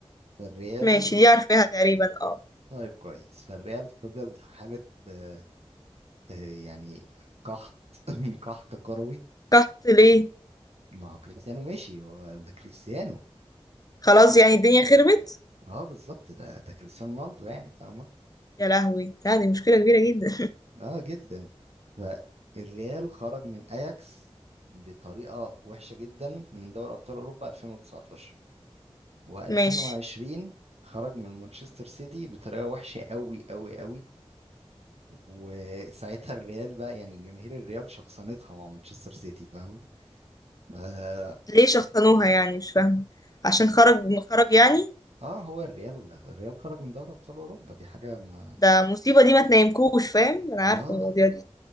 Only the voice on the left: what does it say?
ماشي دي عارفاها تقريبا اه
قحط ليه
خلاص يعني الدنيا خربت
يا لهوي لا دي مشكلة كبيرة جدا
<laughs>
ماشي
ليه شخصنوها يعني مش فاهمة عشان خرج خرج يعني
ده مصيبة دي ما تنامكوش فاهم انا عارفة
المواضيع دي